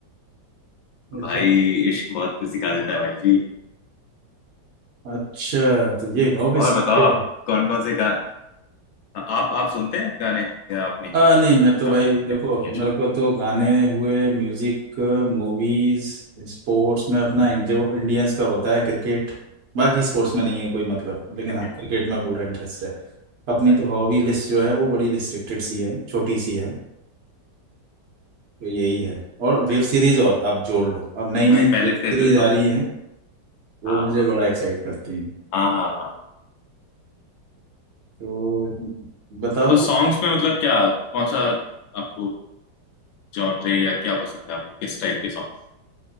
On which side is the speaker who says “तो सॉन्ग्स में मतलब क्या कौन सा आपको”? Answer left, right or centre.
Left